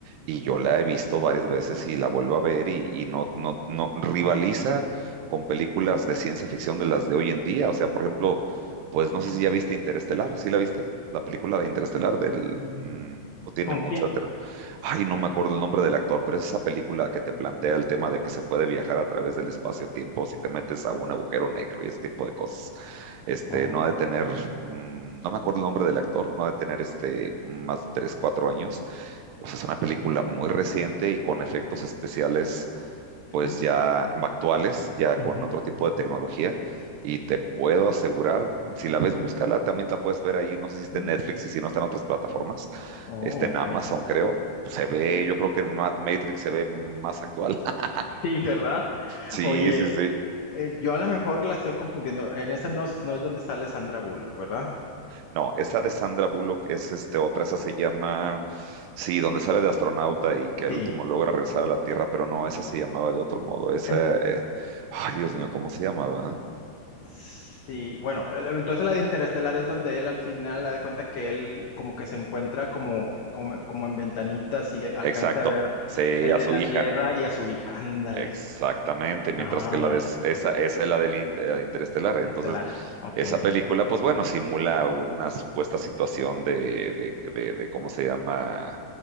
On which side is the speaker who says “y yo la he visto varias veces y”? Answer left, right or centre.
Right